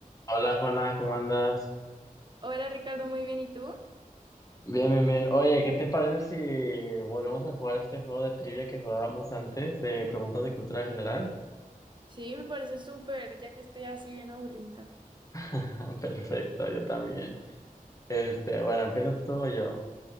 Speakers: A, on the left; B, on the right.
A: Hola Juana, ¿cómo andas?
B: Hola Ricardo, muy bien. ¿Y tú?
A: Bien, bien, bien. Oye, ¿qué te parece si volvemos a jugar este juego de trivia que jugábamos antes de preguntas de cultura general?
B: Sí, me parece súper, ya que estoy así bien aburrida.
A: <laughs> Perfecto, yo también. Este, bueno, ¿empiezas tú o yo?